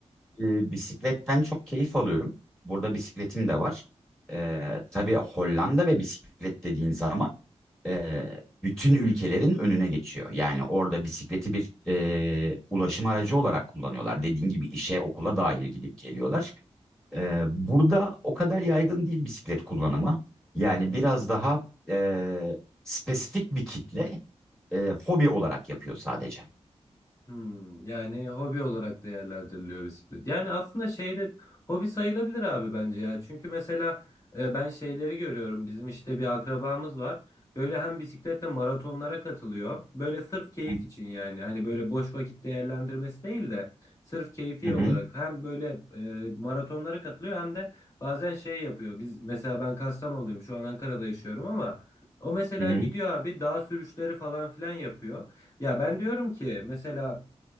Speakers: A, in the centre; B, on the left.
A: e, bisikletten çok keyif alıyorum. Burada bisikletim de var. E, tabii Hollanda ve bisiklet dediğin zaman e, bütün ülkelerin önüne geçiyor. Yani orada bisikleti bir e, ulaşım aracı olarak kullanıyorlar. Dediğin gibi işe, okula dahil gidip geliyorlar. E, burada o kadar yaygın değil bisiklet kullanımı. Yani
B: Hı hı.
A: biraz daha e, spesifik bir kitle e, hobi olarak yapıyor sadece.
B: Hmm, yani hobi olarak değerlendiriliyor bisiklet. Yani aslında şeyde hobi sayılabilir abi bence ya. Çünkü mesela e, ben şeyleri görüyorum. Bizim işte bir akrabamız var. Böyle hem bisikletle maratonlara katılıyor. Böyle sırf keyif
A: Hı
B: için yani. Hani böyle boş vakit değerlendirmesi değil de sırf keyfi
A: hı,
B: olarak hem böyle e, maratonlara katılıyor hem de bazen şey yapıyor. Biz mesela ben Kastamonu'luyum. Şu an Ankara'da yaşıyorum ama o mesela
A: hı hı.
B: gidiyor abi dağ sürüşleri falan filan yapıyor. Ya ben diyorum ki mesela